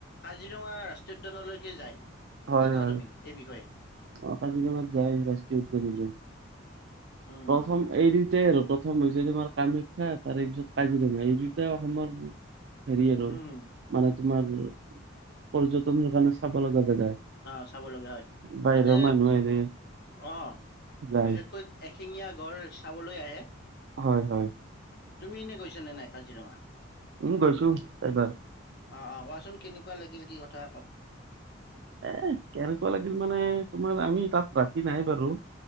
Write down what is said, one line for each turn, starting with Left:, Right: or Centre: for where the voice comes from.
Left: কাজিৰঙা ৰাষ্ট্ৰীয় উদ্যানলৈকে যায়।
Right: হয়,
Left: কি কোৱা তুমি
Right: হয়,
Left: এই বিষয়ে
Right: অ', কাজিৰঙাত যায় ৰাষ্ট্ৰীয় উদ্যানলৈ।
Left: উম
Right: প্ৰথম
Left: উম
Right: এই দুটাই আৰু প্ৰথম হৈছে তোমাৰ কামাখ্যা তাৰে পিছত কাজিৰঙা। এই দুটাই অসমৰ হেৰি আৰু
Left: উম
Right: মানে তোমাৰ পৰ্যটনৰ কাৰণে চাব লগা জেগা।
Left: অ চাব লগীয়া হয়,
Right: বাহিৰৰ
Left: তাতে
Right: মানুহ আহিলে
Left: অ
Right: যায়
Left: বিশেষকৈ এশিঙীয়া গঁড় চাবলৈ আহে।
Right: হয়, হয়।
Left: তুমি এনে গৈছা নে নাই কাজিৰঙা?
Right: উম গৈছো একবাৰ।
Left: অ অ কোৱাচোন কেনেকুৱা লাগিল কি কথা অলপ?
Right: এহ‌‌ কেনেকুৱা লাগিল মানে তোমাৰ আমি তাত ৰাতি নাই বাৰু।